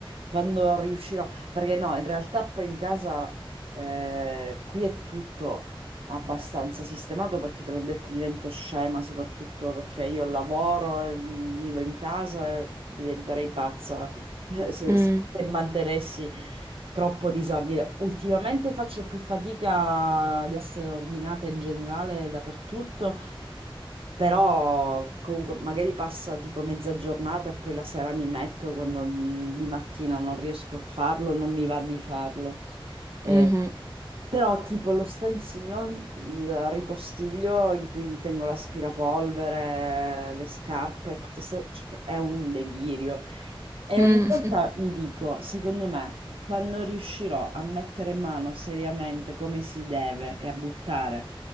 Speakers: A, on the right; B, on the right.
A: quando riuscirò, perché no, in realtà poi in casa eh, qui è tutto abbastanza sistemato perché te l'ho detto, divento scema, soprattutto perché io lavoro e mm, vivo in casa, e diventerei pazza <laughs> se,
B: Mh,
A: se se mantenessi troppo disordine. Ultimamente faccio più fatica ad essere ordinata in generale dappertutto. Però comunque magari passa tipo mezza giornata e poi la sera mi metto quando mh, di mattina non riesco a farlo, non mi va di farlo. Eh,
B: mh-mh.
A: però tipo lo stanzino, il ripostiglio in cui tengo l'aspirapolvere, le scarpe, tutto se- cioè, che è un delirio. E
B: Mh,
A: ogni volta mi dico, secondo me, quando riuscirò a mettere in mano seriamente come si deve e a buttare